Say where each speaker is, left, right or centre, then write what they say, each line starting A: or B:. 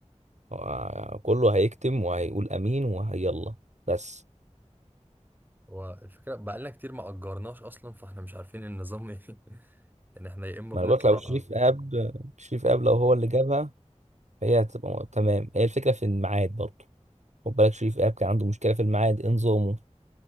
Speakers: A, on the right (about 75°); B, on the right (about 15°).
A: آه، كله هيكتم وهيقول امين وهيلا بس
B: والفكره بقالنا كتير ما اجرناش اصلا فاحنا مش عارفين النظام ايه <laughs> يعني احنا يا اما
A: ما
B: بنطلع
A: انا بقولك لو شريف اب شريف اب لو هو اللي جابها فهي هتبقى م- تمام هي الفكره في الميعاد برضو خد بالك شريف اب كان عنده مشكله في الميعاد انظامه